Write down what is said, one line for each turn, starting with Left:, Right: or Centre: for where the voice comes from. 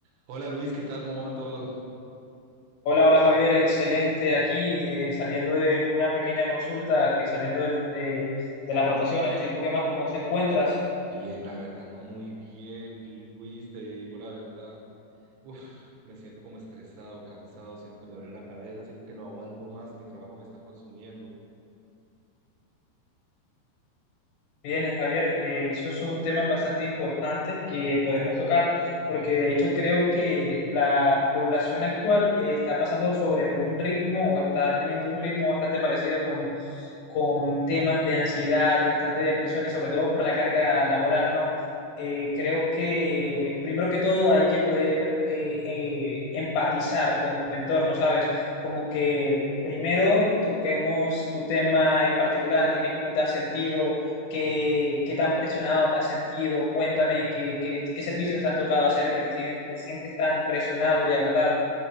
Right: Hola Luis, ¿qué tal? ¿Cómo va todo?
Left: Hola, hola Javier, excelente. Aquí eh, saliendo de una pequeña consulta, que saliendo del- de, de las rotaciones. ¿Y tú qué más? ¿Cómo te encuentras?
Right: Bien, la verdad, no muy bien, Luis, te digo la verdad. Uf, me siento como estresado, cansado, siento que me duele la cabeza, siento que no aguanto más, mi trabajo me está consumiendo.
Left: Bien, Javier, eh, esos son temas bastante importantes que podemos tocar, porque de hecho creo que la población actual eh, está pasando sobre un ritmo o está teniendo un ritmo bastante parecido con, con temas de ansiedad y bastante depresión y sobre todo por la carga laboral, ¿no? Eh, creo que primero que todo hay que poder eh, eh, empatizar con tu entorno, ¿sabes? Como que primero toquemos tu tema en particular, dime cómo te has sentido ¿Qué, qué tan presionado te has sentido? Cuéntame qué, qué, qué servicios te han tocado hacer que te sientes, sientes tan presionado y agotado.